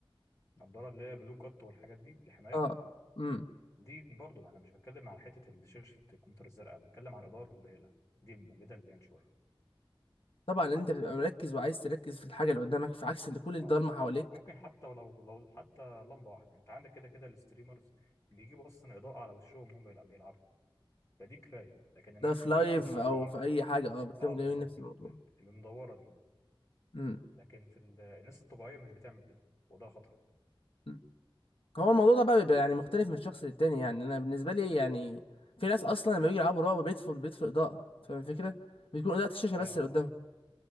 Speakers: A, on the left; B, on the left.
A: النضاره اللي هي بلو كات والحاجات دي الحمايه
B: اه امم
A: دي برضو انا مش بتكلم على حته ال- شاشه الكمبيوتر الزرقاء بتكلم على الاضاءه القليله دي موجوده اللي يعني شويه
B: طبعا لأن انت بتبقى مركز وعايز تركز في الحاجة اللي قدامك في عكس اللي كل الضلمة
A: اه
B: حواليك
A: ممكن حتى ولو لو حتى لمبه واحده انت عندك كده كده الستريمرز بيجيبوا اصلا اضاءه على وشهم وهم بيلعب- بيلعبوا فدي كفايه لكن الناس
B: ده في
A: الجيمرز
B: لايف
A: العاديين
B: او في اي حاجة اه بتلاقيهم
A: اه بالظبط
B: جايبين نفس الموضوع
A: ال- ال- المدوره دي
B: امم
A: لكن في ال- الناس الطبيعيه مش بتعمل كده وده خطر
B: أمم. هو الموضوع ده بقى بيبقى يعني مختلف من شخص للتاني يعني انا بالنسبة لي يعني في ناس اصلا لما بيجوا يلعبوا رعب بيطفوا البيت في اضاءة فاهم الفكرة بتكون اضاءة الشاشة
A: فاهم
B: بس اللي
A: اه
B: قدامهم